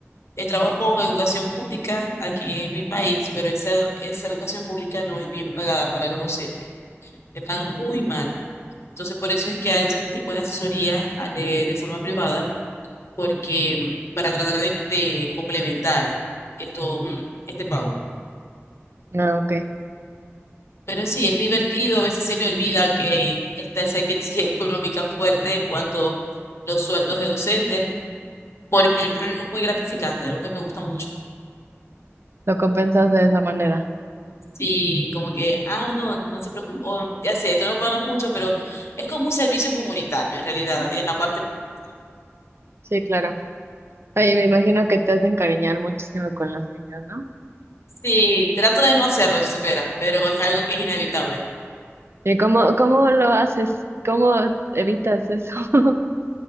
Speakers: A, on the left (about 65°); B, on the right (about 60°).
A: el trabajo con educación pública aquí en mi país, pero esa, esa educación pública no es bien pagada para los docentes, te pagan muy mal. Entonces, por eso es que hago ese tipo de asesoría a- de, de forma privada, porque mm, para tratar de, de complementar esto, mm, este pago.
B: Ah, ok.
A: Pero sí, es divertido, a veces se me olvida que hay- está esa crisis <laughs> económica fuerte en cuanto a los sueldos de docentes, porque es algo muy gratificante, algo que me gusta mucho.
B: Lo compensas de esa manera.
A: Sí, como que, ah, no, no se preocupe, o, ya sé, esto no pagan mucho, pero es como un servicio comunitario en realidad, en la parte pública.
B: Sí, claro. Oye, me imagino que te has de encariñar muchísimo con los niños, ¿no?
A: Sí, trato de no hacerlo, si supiera, pero es algo que es inevitable.
B: ¿Y cómo, cómo lo haces? ¿Cómo evitas eso? <laughs>